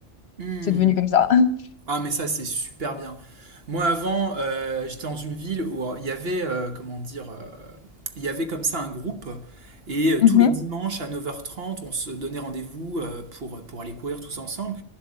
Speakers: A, on the right; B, on the left.
A: Hmm.
B: c'est devenu comme ça. <laughs>
A: Ah, mais ça, c'est super bien. Moi, avant, euh, j'étais dans une ville où euh, il y avait, euh, comment dire, euh, il y avait comme ça un groupe. Et euh,
B: Mhm.
A: tous les dimanches à neuf heures trente on se donnait rendez-vous euh, pour, pour aller courir tous ensemble.